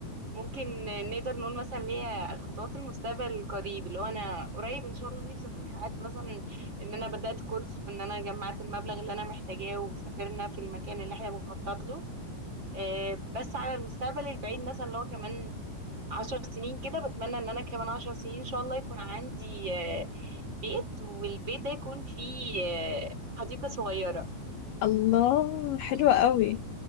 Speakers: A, on the right (about 30°); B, on the left (about 85°).
A: ممكن نقدر نقول مثلا ليا خطوات المستقبل القريب اللي هو انا قريب ان شاء الله نفسي اكون حققت مثلا ان انا بدات كورس وان انا جمعت المبلغ اللي انا محتاجاه وسافرنا في المكان اللي احنا بنخطط له آه، بس على المستقبل البعيد مثلا اللي هو كمان عشر سنين كده بتمنى ان انا كمان عشر سنين ان شاء الله يكون عندي آه، بيت والبيت ده يكون فيه آه، حديقة صغيرة
B: الله حلوة قوي